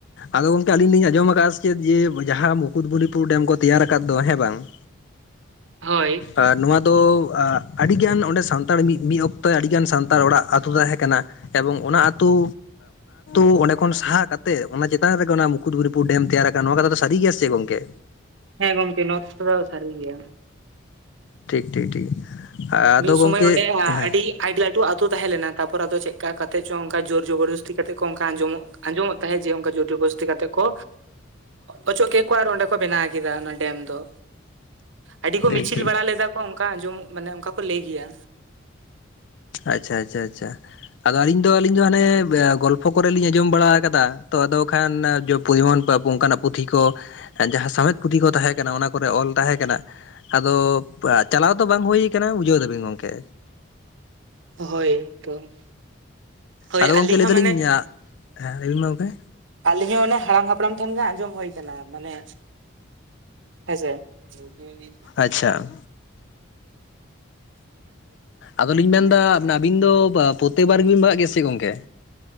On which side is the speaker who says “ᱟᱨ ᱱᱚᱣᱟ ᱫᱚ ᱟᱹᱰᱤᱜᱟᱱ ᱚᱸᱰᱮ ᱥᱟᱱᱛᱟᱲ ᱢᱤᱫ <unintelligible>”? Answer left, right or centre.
Left